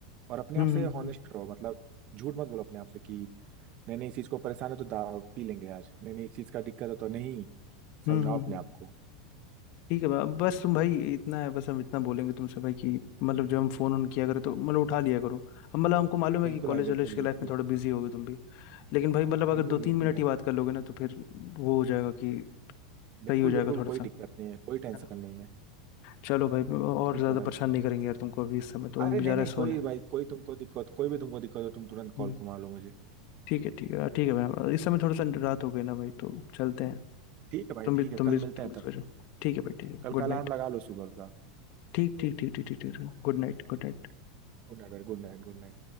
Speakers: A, on the right (about 45°); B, on the left (about 55°).
A: और अपने
B: हम्म
A: आप से
B: हम्म
A: हॉनेस्ट
B: हम्म,
A: रहो मतलब झूठ मत बोलो अपने आप से कि नहीं नहीं इस चीज को परेशान है तो दा- पी लेंगे आज नहीं नहीं इस चीज का दिक्कत है तो नहीं
B: हम्म,
A: समझाओ
B: हम्म। हम्म,
A: अपने आप को
B: ठीक है बा- बस तुम भाई इतना है बस हम इतना बोलेंगे तुमसे भाई कि मतलब जब हम फोन ऑन किया करें तो मतलब उठा लिया करो हम मतलब हमको मालूम है
A: बिल्कुल
B: कि कॉलेज
A: भाई बिल्कुल
B: वॉलेज के
A: बिल्कुल
B: लाइफ में थोड़ा बिजी होगे तुम भी लेकिन भाई मतलब अगर
A: बिल्कुल
B: दो
A: बिल्कुल
B: तीन मिनट
A: भाई
B: ही बात कर लोगे ना तो फिर वो हो जाएगा कि सही
A: बिल्कुल
B: हो जाएगा
A: बिल्कुल
B: थोड़ा
A: कोई दिक्कत नहीं है कोई टेंशन
B: सा
A: नहीं है
B: चलो भाई और
A: ठीक
B: ज्यादा
A: है भाई
B: परेशान नहीं करेंगे यार तुमको अभी इस समय तो हम
A: अरे
B: भी
A: नहीं
B: जा रहे
A: नहीं
B: हैं सोने
A: कोई भाई कोई तुमको दिक्कत कोई भी तुमको दिक्कत हो तुम तुरंत
B: हम्म,
A: कॉल को मार लो मुझे
B: ठीक है ठीक है ठीक है भाई इस समय थोड़ा सा रात हो गई ना भाई तो चलते हैं
A: ठीक है भाई
B: तुम भी
A: ठीक है
B: तुम
A: कल
B: भी
A: मिलते
B: तुम
A: हैं
B: भी
A: तब
B: सो जाओ ठीक है भाई ठीक है
A: कल
B: गुड
A: का अलार्म
B: नाइट
A: लगा लो सुबह का
B: ठीक ठीक ठीक ठीक ठीक ठीक गुड नाइट गुड नाइट
A: Good night good night good night